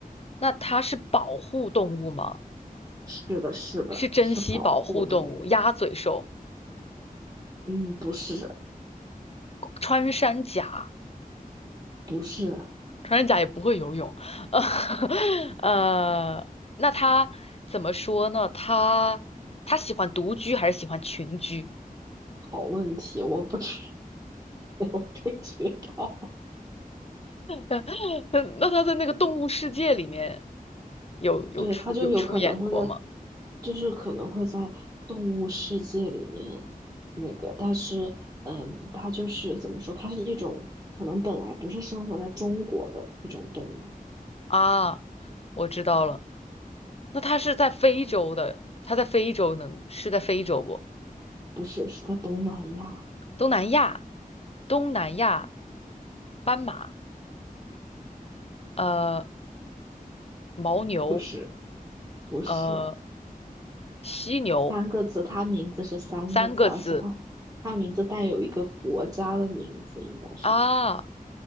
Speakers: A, on the left (about 40°); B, on the right (about 25°).
A: 那它是保护动物吗？
B: 是的，是的，
A: 是珍稀保护动物，
B: 是保护动物。
A: 鸭嘴兽，
B: 嗯，不是，
A: 穿山甲，
B: 不是，
A: 穿山甲也不会游泳，<laughs> 呃，那它怎么说呢？它它喜欢独居还是喜欢群居？
B: 好问题，我不知 <laughs> 不知道。
A: <laughs> 那它在那个动物世界里面有有出有出演过吗？
B: 对，它就有可能会在，就是可能会在动物世界里面那个，但是，嗯，它就是怎么说，它是一种可能本来不是生活在中国的一种动物，
A: 啊，我知道了，那它是在非洲的，它在非洲能是在非洲不？
B: 不是，是在东南亚，
A: 东南亚，东南亚斑马，呃，牦牛，
B: 不是，不是，
A: 呃，犀牛，
B: 三个字，它名字是三个字，
A: 三个字
B: 而且它它名字带有一个国家的名字，应该说。
A: 啊，